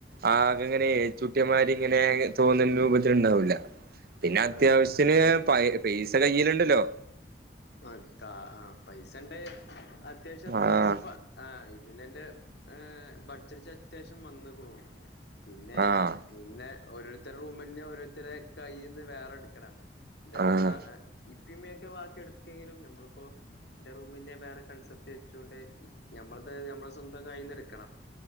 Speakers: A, on the right; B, on the left.
A: ആകെ ഇങ്ങനെ ഏച്ചുട്ടിയമാതിരി ഇങ്ങനെ തോന്നുന്ന രൂപത്തിലുണ്ടാവൂല്ല. പിന്നെ
B: ആ
A: അത്യാവശ്യത്തിന്
B: ആ
A: പ പൈസ കയ്യിലുണ്ടല്ലോ
B: അതാ ആഹ് പൈസണ്ടേ അത്യാവശ്യം
A: ആഹ്
B: പൈസ ഇപ്പൊ ആഹ് പിന്നെന്റെ ഏഹ് ബഡ്ജറ്റ് അത്യാവശ്യം വന്നക്കണു പിന്നെ
A: ആഹ്
B: പിന്നെ ഓരോരുത്തരുടെ റൂമന്നെ ഓരോരുത്തരുടെ കയ്യിൽ നിന്ന് വേറെ എടുക്കണം ഇതൊക്കെ
A: ആഹ്
B: മ ഇപ്പിമ്മയൊക്കെ വാക്കി എടുക്കെങ്കിലും നമ്മളിപ്പൊ ഇന്റെ റൂമിന്റെ വേറെ കൺസെപ്റ്റ് വെച്ചൊണ്ട് ഞമ്മളത് ഞമ്മളെ സ്വന്തം കയ്യിന്ന് എടുക്കണം